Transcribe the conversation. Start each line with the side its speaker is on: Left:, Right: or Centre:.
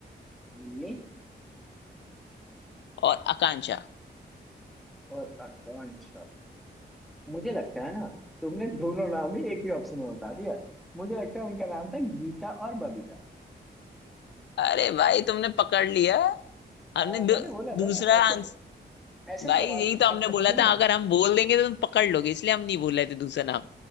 Centre: लिली
Left: और आकांक्षा
Centre: और आकांक्षा मुझे लगता है ना तुमने दोनों नाम ही एक ही ऑप्शन में बता दिया मुझे लगता है उनका नाम था गीता और बबीता
Left: अरे भाई तुमने पकड़ लिया हमने
Centre: आ,
Left: दू,
Centre: मैंने बोला था
Left: दूसरा
Centre: ना ऐसे
Left: आंस
Centre: ऐसे सवाल
Left: भाई यही तो
Centre: अब
Left: हमने
Centre: अब मुझे
Left: बोला
Centre: ना
Left: था अगर हम बोल देंगे तो तुम पकड़ लोगे इसलिए हम नहीं बोल रहे थे दूसरा नाम